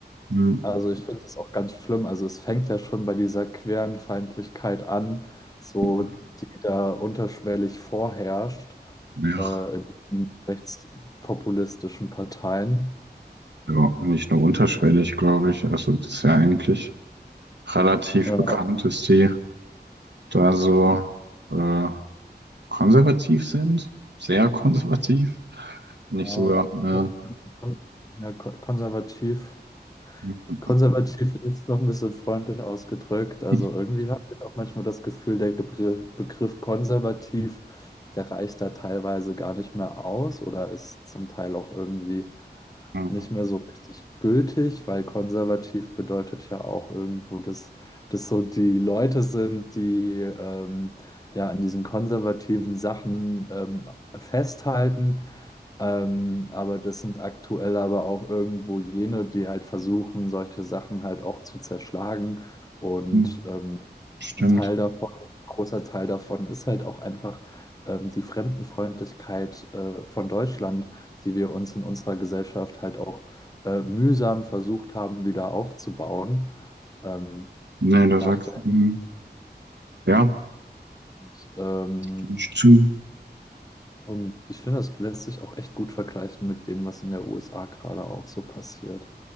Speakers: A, on the right; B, on the left.
A: Hm,
B: also ich finde das auch ganz schlimm. Also es fängt ja schon bei dieser queeren Feindlichkeit an, so
A: hm,
B: die da unterschwellig vorherrscht
A: Ja,
B: äh, in diesen rechtspopulistischen Parteien.
A: ja, nicht nur unterschwellig, glaube ich. Also das ist ja eigentlich relativ
B: Ja,
A: bekannt, dass die da so äh, konservativ sind, sehr konservativ. Nicht
B: ja,
A: sogar, ja.
B: kon- ja, kon- konservativ
A: ja.
B: Konservativ ist noch ein bisschen freundlich ausgedrückt. Also
A: Hm,
B: irgendwie habe ich auch manchmal das Gefühl, der Gebr- Begriff konservativ, der reicht da teilweise gar nicht mehr aus oder ist zum Teil auch irgendwie
A: hm,
B: nicht mehr so richtig gültig, weil konservativ bedeutet ja auch irgendwo, dass das so die Leute sind, die ähm, ja an diesen konservativen Sachen ähm, festhalten ähm, aber das sind aktuell aber auch irgendwo jene, die halt versuchen, solche Sachen halt auch zu zerschlagen. Und
A: hm,
B: ähm,
A: Stimmt.
B: ein Teil davon, ein großer Teil davon ist halt auch einfach ähm, die Fremdenfreundlichkeit äh, von Deutschland, die wir uns in unserer Gesellschaft halt auch äh, mühsam versucht haben, wieder aufzubauen. Ähm,
A: Nee, da
B: nach
A: sagst
B: der
A: du, hm, ja,
B: und, ähm,
A: Nicht zu.
B: und ich finde, das lässt sich auch echt gut vergleichen mit dem, was in der USA gerade auch so passiert.